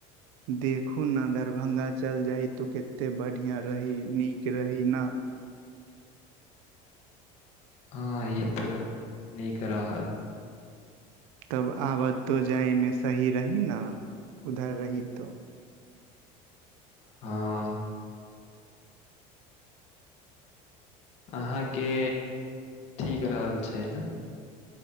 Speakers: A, on the right; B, on the left.
A: देखू ने दरभंगा चल जाइ, तू कते बढ़ियाँ रही, नीक रही ना।
B: <inaudible> हाँ इ ते नीक रहा।
A: तब आबतो जायमे सही रही न, उधर रहितो?
B: हाँ। अहाँके ठीक रहल छै ने।